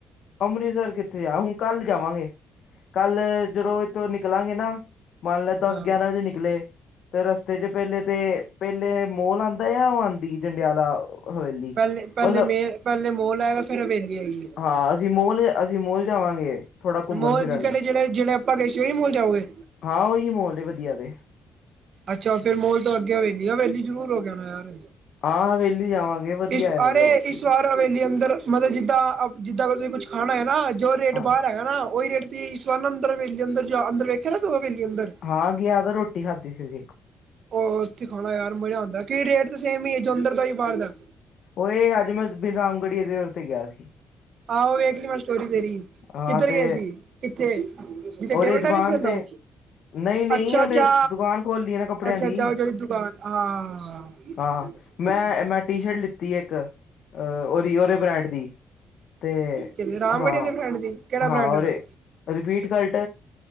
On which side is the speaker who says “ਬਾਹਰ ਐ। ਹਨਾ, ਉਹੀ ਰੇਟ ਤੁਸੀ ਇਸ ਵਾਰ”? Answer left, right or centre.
Right